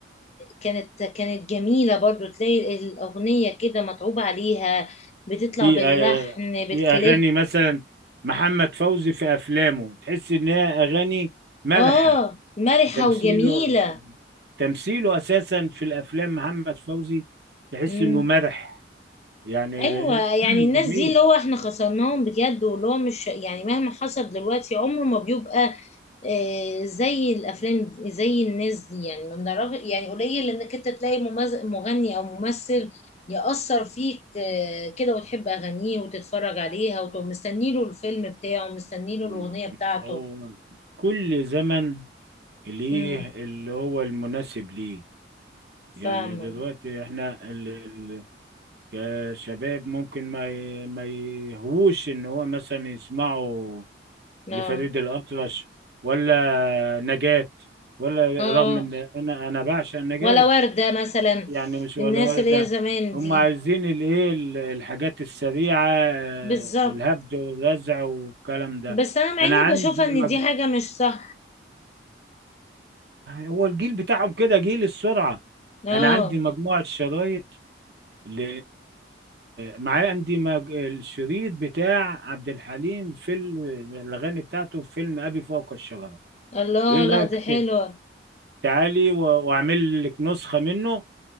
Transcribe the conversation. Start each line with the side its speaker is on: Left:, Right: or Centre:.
Left: كانت كانت جميله برضو تلاقي الاغنيه كده متعوب عليها بتطلع
Right: في
Left: باللحن
Right: آه،
Left: بالكليب
Right: في أغاني مثلا محمد فوزي في أفلامه تحس إن هي أغاني مرحة
Left: اه مرحه
Right: تمثيله
Left: وجميله
Right: تمثيله أساسا في الأفلام محمد فوزي تحس
Left: امم
Right: إنه مرح يعني
Left: ايوه يعني
Right: <clears throat>
Left: الناس
Right: جميل
Left: دي اللي هو احنا خسرناهم بجد واللي هو مش يعني مهما حصل دلوقتي عمره ما بيبقى آه، زي الافلام زي الناس دي يعني ما بنعرف يعني قليل انك انت تلاقي ممز- مغني او ممثل يأثر فيك آه، كده وتحب اغانيه وتتفرج عليها وتبقى مستني له الفيلم بتاعه مستني له
Right: م-
Left: الاغنيه بتاعته
Right: هو كل زمن ليه
Left: امم
Right: اللي هو المناسب ليه يعني
Left: فاهمه
Right: دلوقتي احنا ال... ال... كشباب ممكن ما ي... ما يهوش ان هو مثلا يسمعوا
Left: اه
Right: لفريد الأطرش ولا نجاة ولا
Left: اه
Right: رغم ان انا انا بعشق نجاة
Left: ولا ورده مثلا
Right: يعني مش ولا
Left: الناس
Right: ولا
Left: اللي
Right: ده
Left: هي زمان
Right: هم
Left: دي
Right: عايزين الايه ال- الحاجات السريعة آه،
Left: بالظبط
Right: الهبد والرزع والكلام ده
Left: بس انا مع
Right: انا
Left: اني
Right: عندي
Left: بشوفها ان
Right: مج...
Left: دي حاجه مش صح
Right: هو الجيل بتاعهم كده جيل السرعة
Left: اه
Right: انا عندي مجموعة شرايط ل... معايا عندي مج... الشريط بتاع عبد الحليم في ال- الاغاني بتاعته في فيلم ابي فوق الشجرة
Left: الله
Right: ايه
Left: لا
Right: رأيك
Left: دي
Right: ت-
Left: حلوه
Right: تعالي و... واعمل لك نسخة منه